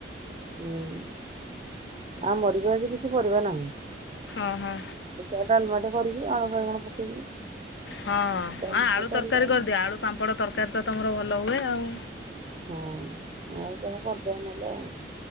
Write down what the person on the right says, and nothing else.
ହୁଁ। ଆମର ବି ଆଜି କିଛି ପରିବା ନାହିଁ।
ଦେଖିବା ଡାଲମାଟେ କରିବି ଆଳୁ ବାଇଗଣ ପକେଇକି।
ଡାଲମାଟେ
କରିବା
ଆଉ
ହୁଁ ଆଉ କଣ କରିଦବା ନହଲେ ଆଉ।